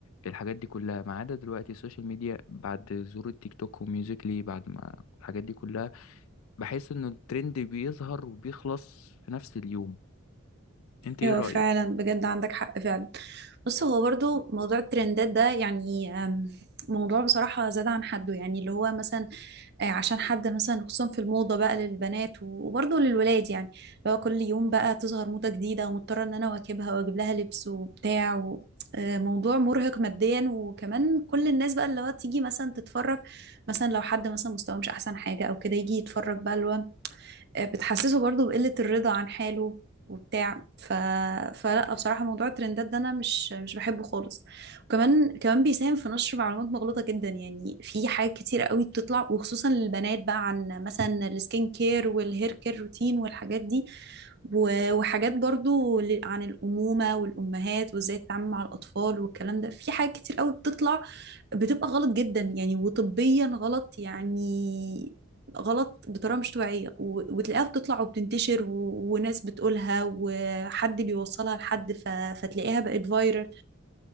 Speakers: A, on the left; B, on the right.
A: الحاجات دي كلها ما عدا دلوقتي السوشيال ميديا بعد ظهور التيك توك وميوزيكلي بعد ما الحاجات دي كلها بحس إنه الترند بيظهر وبيخلص في نفس اليوم أنت إيه
B: ايوه
A: رأيك؟
B: فعلا بجد عندك حق فعلا بص هو برضو موضوع الترندات ده يعني أم، موضوع بصراحة زاد عن حده يعني اللي هو مثلا آه، عشان حد مثلا خصوصا في الموضة بقى للبنات و- وبرضو للولاد يعني اللي هو كل يوم بقى تظهر موضة جديدة ومضطرة ان انا اواكبها واجيب لها لبس وبتاع و... آه، موضوع مرهق ماديا وكمان كل الناس بقى اللي هو تيجي مثلا تتفرج مثلا لو حد مثلا مستواه مش احسن حاجه او كده يجي يتفرج بقى اللي هو آه، بتحسسه برضو بقلة الرضا عن حاله وبتاع ف... فلا بصراحة موضوع الترندات ده أنا مش مش بحبه خالص وكمان كمان بيساهم في نشر معلومات مغلوطة جدا يعني في حاجات كتيرة قوي بتطلع وخصوصا للبنات بقى عن مثلا السكين كير والهير كير روتين والحاجات دي و- وحاجات برضو ل- عن الأمومة والأمهات وإزاي تتعامل مع الأطفال والكلام ده في حاجات كتير قوي بتطلع بتبقى غلط جدا يعني وطبيا غلط يعني غلط بطريقة مش طبيعية و- وتلاقيها بتطلع وبتنتشر و... وناس بتقولها وحد بيوصلها لحد ف... فتلاقيها بقت فايرال